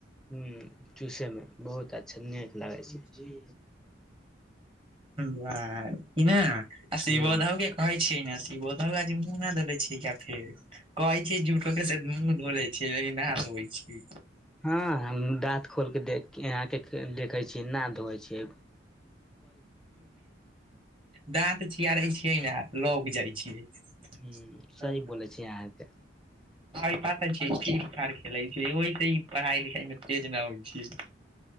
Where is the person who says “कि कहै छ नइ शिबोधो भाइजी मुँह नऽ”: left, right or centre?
Right